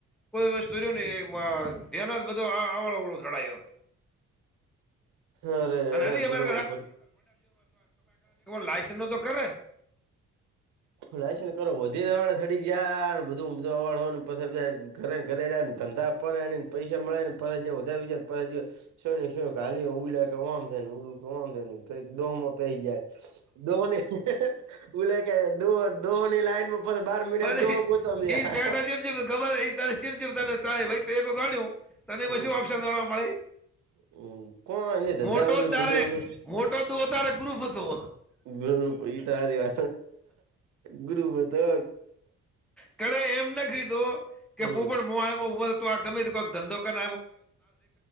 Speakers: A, in the centre; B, on the right.
A: કોઈ વસ્તુ જો ન ધ્યાનો બધું આ આવડો ઓવળો ઘડાયો.
B: અરે
A: અને
B: અરે
A: અભી <inaudible>
B: બધું
A: લાયસન નો તો કરે.
B: લાયશ ને કરો વધી જ હવાડે થડી જયા બધુંધું હવા હોને પછ બધા ઘરે ઘરેને ધંધા પડે પૈસા મળે ને પછ વધાર્યું છે પછ શું નઈ શું કાલી ઉલે કેમ થ ને ઉલું કેમ થાય ને. દોહમાં પહી જાય દોહની ઉ લે દો દોહની લાઈન બાર મહિના
A: પણ
B: દોહ ગોતવા મીયા
A: ઈ બેઠા ચેમ કેમ હે ખબર હે ઈ તને ચીમ ચીમ તને તાય પડ્યો. તને
B: હમ
A: પહી ઓપ્શન જાણવા મળે?
B: હમ કોણ ધંધા
A: મોટો
B: વગર
A: તારે
B: બધું અમને
A: મોટો તો તારે ગ્રુફ હતો.
B: ગુરુપ ઈ તો આર્ય, ગરુપ તો
A: કર એમ ના કીધું કે
B: હમ
A: પો પણ મો આમાં ઉભર તો આ ગમે કોઈક ધંધો કર